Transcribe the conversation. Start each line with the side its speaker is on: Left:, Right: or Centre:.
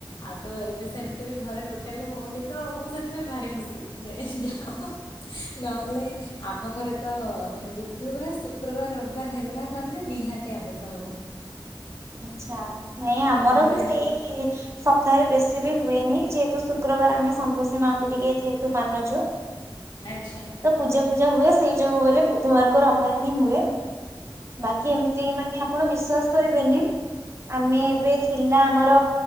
Left: ଆଉ ତ ଏବେ ସେମିତି ବି ଘରେ ଟୋଟାଲି ହଉନି ତ ମୁଁ ସେଥିପାଇଁ ଭାରି ଖୁସି ଯେ ନହେଲେ ଆମ ଘରେ ତ ବୁଧୁବାର, ଶୁକ୍ରବାର, ରବିବାର ହେଲା ମାନେ ନିହାତି ଆମିଷ ହେବ।
Right: ଆଚ୍ଛା। ନାଇଁ ଆମର
Left: ଆଉ ତାହେଲେ
Right: ବି ସେଇ ସପ୍ତାହରେ ବେଶୀ ସେ ବି ହୁଏନି ଯେହେତୁ ଶୁକ୍ରବାର ଆମେ ସନ୍ତୋଷୀ ମାଙ୍କୁ ଟିକେ ଯେହେତୁ ମାନୁଛୁ
Left: ଆଚ୍ଛା
Right: ତ ପୂଜା ପୂଜା ହୁଏ। ଯଉଁ ବ ବୁଧବାର କ ରବିବାର ହିଁ ହୁଏ। ବାକି ଏମିତି ମାନେ ଆପଣ ବିଶ୍ବାସ କରିବେନି ଆମେ ଏବେ ଥିଲା ଆମର